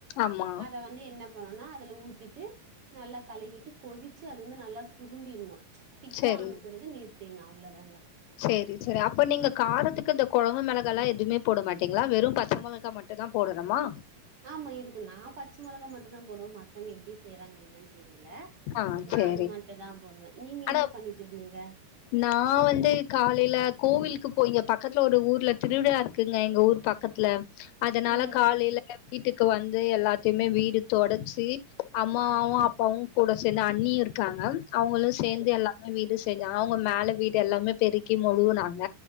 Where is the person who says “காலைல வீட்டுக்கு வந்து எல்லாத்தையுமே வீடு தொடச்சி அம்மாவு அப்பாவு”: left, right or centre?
Left